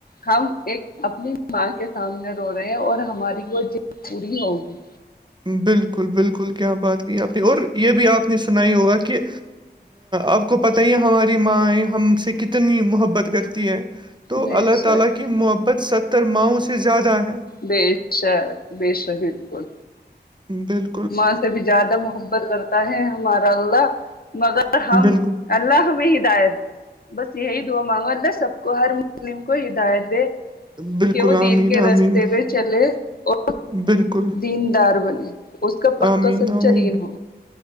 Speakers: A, on the left; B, on the right.
A: ہم ایک اپنی ماں کے سامنے رو رہے ہیں اور ہماری وہ جد پوری ہوگی
B: بالکل بالکل کیا بات کی آپ نے اور یہ بھی آپ نے سنائی ہوگا کہ آپ کو پتا ہی ہے ہماری ماںیں ہم سے کتنی محبت کرتی ہے تو
A: بے
B: اللہ
A: شک
B: تعالی کی محبت ستر ماؤں سے زیادہ ہے
A: بے شک بے شک بالکل
B: بال
A: ماں سے بھی زیادہ محبت کرتا ہے ہمارا اللہ مگر ہم
B: بالکل
A: اللہ ہمیں ہدایت دے بس یہی دعا مانگو اللہ سب کو ہر مسلم کو ہدایت دے
B: بالکل
A: کہ وہ
B: آمین
A: دین کے رستے
B: آمین
A: پہ چلے اور
B: بالکل
A: دیندار بنے اس کا پکا
B: آمین
A: سچا
B: آمین
A: دین ہو